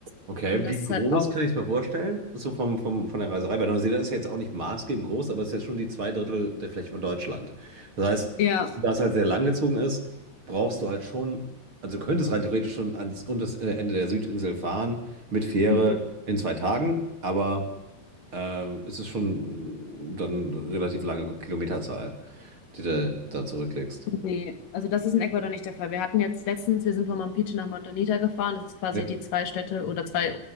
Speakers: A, on the right; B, on the left.
A: Okay,
B: Und das
A: wie
B: ist
A: groß
B: halt auch.
A: kann ich es mir vorstellen? So vom, vom, von der Reiserei, weil Neuseeland ist ja jetzt auch nicht maßgebend groß, aber es ist ja schon die zwei Drittel der Fläche von Deutschland. Das heißt,
B: Ja.
A: da es halt sehr langgezogen ist, brauchst du halt schon, also du könntest rein theoretisch schon ans unterste Ende der Südinsel fahren mit Fähre
B: Mhm.
A: in zwei Tagen, aber ähm, es ist schon mm, dann eine relativ lange Kilometerzahl, die du da zurücklegst.
B: Nee, also das ist in Ecuador nicht der Fall. Wir hatten jetzt letztens, wir sind von Mampiche nach Montanita gefahren. Das ist quasi
A: Ja,
B: die zwei Städte oder zwei